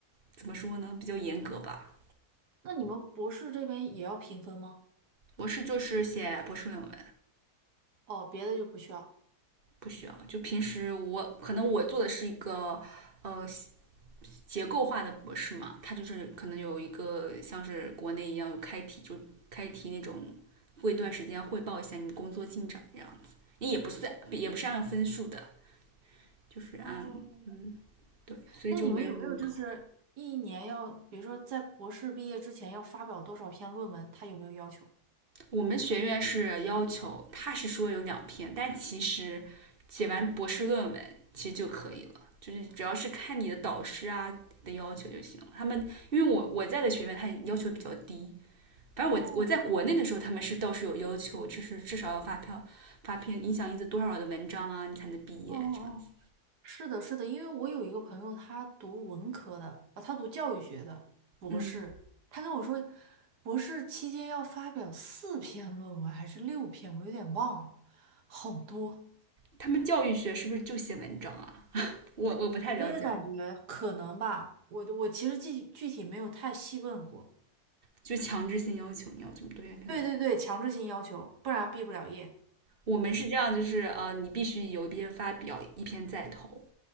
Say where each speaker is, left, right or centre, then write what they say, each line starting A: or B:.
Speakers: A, on the right; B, on the right.
A: 怎么说呢，比较严格吧。
B: 那你们博士这边也要评分吗？
A: 博士就是写博士论文，
B: 哦，别的就不需要。
A: 不需要。就平时我可能我做的是一个呃结构化的博士嘛，他就是可能有一个像是国内一样有开题，就开题那种，过一段时间汇报一下你工作进展这样子。你也不算，也不是按分数的，就是按嗯
B: 哦，
A: 对，所以就没有那种考。
B: 那你们有没有就是一年要，比如说在博士毕业之前要发表多少篇论文？他有没有要求？
A: 我们学院是要求，他是说有两篇，但其实写完博士论文其实就可以了，就是主要是看你的导师啊的要求就行了。他们因为我我在的学院，他要求比较低，反正我我在国内的时候，
B: 哦，
A: 他们是倒是有要求，就是至少要发票发篇影响因子多少的文章啊，你才能毕业这样子。
B: 哦哦，是的，是的，因为我有一个朋友，他读文科的啊，他读教育学的博士，
A: 嗯，
B: 他跟我说，博士期间要发表四篇论文还是六篇，我有点忘了，好多。
A: 他们教育学是不是就写文章啊？我我不太了解啊，
B: 我也感觉可能吧，我的我其实具具体没有太细问过。
A: 就强制性要求你要这么多篇篇文。
B: 对对对，强制性要求，不然毕不了业。
A: 我们是这样，就是呃，你必须有一篇发表，一篇再投。